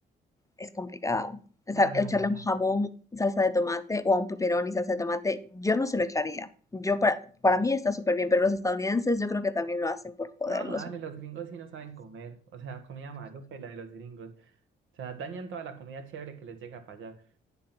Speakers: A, on the left (about 15°); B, on the right (about 80°).
A: es complicado.
B: Dale,
A: O sea, echarle
B: dale.
A: a un jamón salsa de tomate o a un pepperoni salsa de tomate, yo no se lo echaría. Yo para, para mí está súper bien, pero los estadounidenses yo creo que también lo hacen por joderlos
B: No, dale,
A: un
B: los gringos sí no saben comer. O sea, comida maloca y la de los gringos. O sea, dañan toda la comida chévere que les llega para allá.